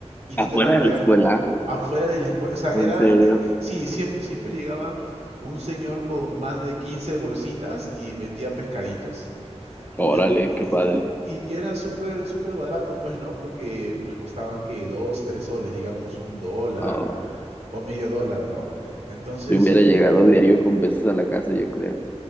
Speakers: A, on the right (about 75°); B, on the left (about 15°).
A: Y tú
B: Afuera
A: te los podías...
B: de la escuela,
A: co- Afuera de la escuela. O sea, era...
B: en serio.
A: eh, sí, siempre, siempre llegaba un señor con más de 15 bolsitas y vendía pescaditos.
B: Órale,
A: En-
B: qué padre.
A: y, y era súper, súper barato, pues, ¿no? Porque pues costaban que dos, tres soles, digamos un dólar
B: Ah,
A: o medio dólar, ¿no? Entonces,
B: yo hubiera llegado
A: ya.
B: diario con peces a la casa, yo creo.